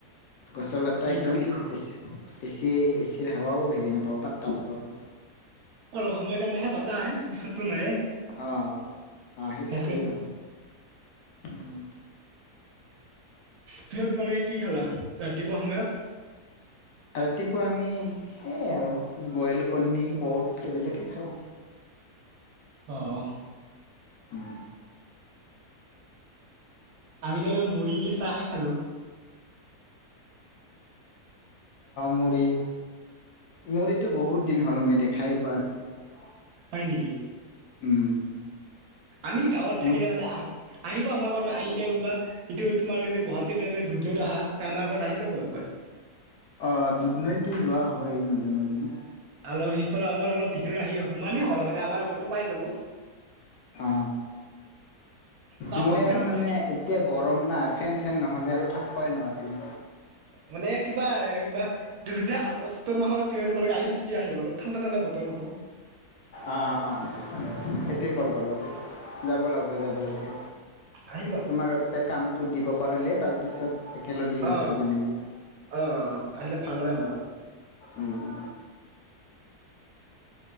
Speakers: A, on the left; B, on the right.
A: গছৰ বাটাহ
B: এইটোৱে
A: একদম ফিচছে।
B: অ
A: এ চি এচিৰ হাৱাও হেৰি নাপাব পাত্তা নাপাব।
B: অলপ সময় কাৰণেহে বাতাহ আহে পিছতো নাইয়ে।
A: অ অ সেইটা
B: সেইটোৱে
A: হয় ৰ উম।
B: ত তোমালোকে কি খালা ৰাতিপুৱা সময়ত?
A: ৰাতিপুৱা আমি সেয়াই আৰু বইল কণী অ'টছ এইবিলাকেই খাওঁ।
B: অহ।
A: উম
B: আমি ধৰ মু়ৰি দি চাহে খালো।
A: মুড়ি মুড়িটো বহুত দিন হ'ল মই দেখাই পোৱাোৱাৰ।
B: হয় নেকি।
A: উম।
B: আমি গাঁৱত থাকিলে
A: মুড়ি
B: মানে আহ আহিব আমাৰ ঘৰত আহিলে কবা এইটো তোমাৰ যে গুৱাহাটী দুধনৈত আহা ত আমাৰ ঘৰত আহি যাব একবাৰ।
A: অ দুধনৈতটো যোৱা হয় মাজে মাজে।
B: অলপ সিফালে আমাৰ অলপ ভিতৰত আহি সোমালেই হ'ল মানে আমাৰ ঘৰটো পাই যাব।
A: অ
B: নাখাম
A: মই
B: দে
A: আৰু
B: মুৰ্গী
A: মানে এতিয়া। গৰম না ফেন থেন নহ'লে আৰু থাকিবাই নোৱাৰিম।
B: মানে কিবা কিবা যেতিয়া আগষ্ট মাহৰ তোমালোকে আহিলে তেতিয়া আহিব অলপ ঠাণ্ডা ঠাণ্ডা বতৰ হ'ব। <inaudible>
A: অ অ এইটো কৰব লাগব যাব লাগিব যাব লাগিব
B: আহিবা
A: তোমাক আগতে কামটো দিব পাৰিলে তাৰপিছত। একেলগেই
B: অ
A: গুচি যামগৈ।
B: অ আহিলে ভাল হয় আমাৰ
A: উম